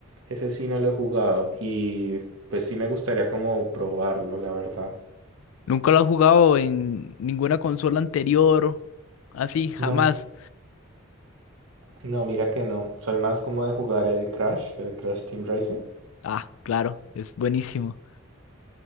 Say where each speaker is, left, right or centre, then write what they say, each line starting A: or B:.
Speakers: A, on the right (about 70°); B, on the left (about 70°).
A: ese sí no lo he jugado y pues sí me gustaría como probarlo, la verdad.
B: ¿Nunca lo has jugado en ninguna consola anterior? Así, jamás.
A: No, no, mira que no. Soy más como de jugar el Crash, el Crash Team Racing.
B: Ah, claro, es buenísimo.